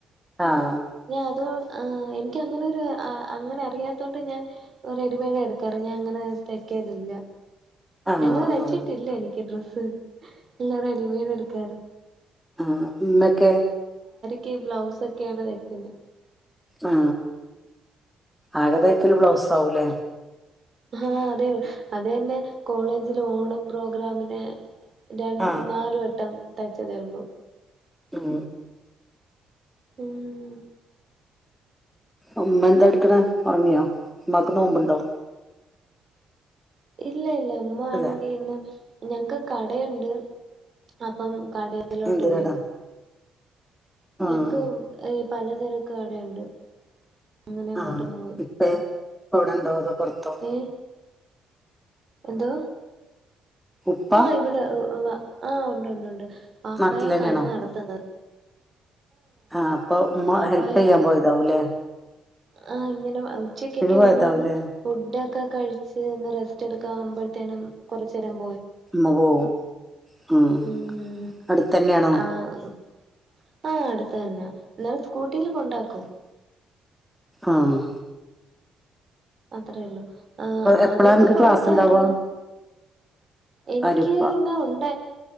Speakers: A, in the centre; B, on the right.
A: ആഹ്
B: ഇഞ്ഞതു ആ എനിക്ക് അങ്ങനൊരു അങ്ങനെ അറിയാത്തോണ്ട് ഞാൻ റെഡിമെയ്ഡാ എടുക്കാറ്. ഞാൻ അങ്ങനെ തെയ്ക്കലില്ല
A: ആഹ്
B: എങ്ങനെ തച്ചിട്ടില്ല
A: ആഹ്
B: എനിക്ക് ഡ്രസ്സ് എല്ലാം റെഡിമെയ്ഡ് എട്ക്കാറ്.
A: ആ ഇമ്മെക്കെ
B: ക്ക് ബ്ലൗസ് ഒക്കെയാണ് വെക്ക്ന്നെ
A: ആ ആകെ തയ്ക്കെൽ ബ്ലൗസ് ആവുലെ
B: ആ അതെ അത് യെന്നെ കോളേജിൽ ഓണ പ്രോഗ്രാമിന് രൺ
A: ആഹ്
B: നാലുവട്ടം തയ്ച്ചെതേ ഉള്ളു
A: ഉം
B: ഉം
A: ഉമ്മ എന്താ എട്ക്ക്ണെ ഒറങ്ങിയോ ഉമ്മാക്ക് നോമ്പ് ഇണ്ടോ?
B: ഇല്ല ഇല്ല ഉമ്മ ആണെങ്കി
A: ഇല്ല
B: ഇന്ന് ഞങ്ങക്ക് കടയുണ്ട് അപ്പം കടയിലോട്ട്
A: എന്ത്
B: പോയി
A: കടാ ആഹ്
B: യെനിക്ക് ഏ പല ചെരക്ക് കടയുണ്ട് അങ്ങനെ അങ്ങോട്ടും
A: ആ
B: പോയി
A: ഇപ്പെ ഇപ്പ ഇവടെ ഇണ്ടോ അതോ പൊർത്തോ
B: ഏ എന്തോ
A: ഉപ്പ
B: ആ ഇവിടെ വ ആഹ് ഉണ്ട്ണ്ട് ണ്ട് വാപ്പായ
A: നാട്ടിൽ തന്നെയാണോ
B: കട നടത്ത്ന്നത്
A: ആ അപ്പൊ ഉമ്മ
B: വാപ്പായ
A: ഹെൽപ് ചെയ്യാൻ പോയതാവൂല്ലേ
B: ആഹ് ഇങ്ങനെ നെ ഉച്ചക്കൊക്കെ
A: പോയതാവൂലേ
B: ഒന്ന് വന്ന് ഫുഡ് ഒക്കെ കഴിച്ച് ന്ന് റെസ്റ്റ് എടുക്കാ ആവുമ്പഴ്ത്തേനും കുറച്ചെരം
A: ഇമ്മ പോവും ഉം
B: ഉം
A: അടുത്തന്നേണോ.
B: ആഹ് ആഹ് അടുത്ത് തന്നാ ന്നാലും സ്കൂ ട്ടില് കൊണ്ടാക്കും.
A: ആഹ്
B: അത്രേയൊള്ളൂ ഏഹ്
A: എപ്പളാ
B: ആദ്യൊക്കെ
A: അനക്ക്
B: പൊറത്തായിരുന്നു.
A: ക്ലാസ് ഉണ്ടാവ
B: എനിക്ക്
A: അരുപ്പ
B: ഇന്ന് ഉണ്ട